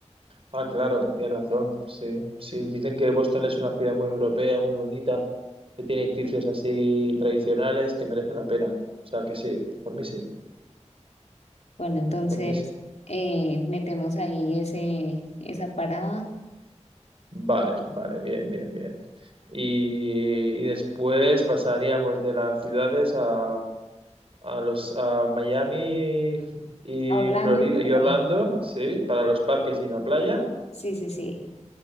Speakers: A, on the right (about 50°); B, on the left (about 65°).
A: Ah, claro, tienes razón. Sí, sí, dicen que Boston es una ciudad muy europea, muy bonita, que tiene edificios así tradicionales que merece la pena. O sea que sí, por mí sí,
B: Bueno, entonces
A: por mí sí.
B: eh, metemos ahí ese, esa parada
A: Vale, vale, bien, bien, bien. Y, y después pasaríamos de las ciudades a, a los a Miami y
B: a Orlando
A: Florida
B: y luego
A: y Orlando,
B: Miami.
A: sí, para los parques y la playa.
B: Sí, sí, sí.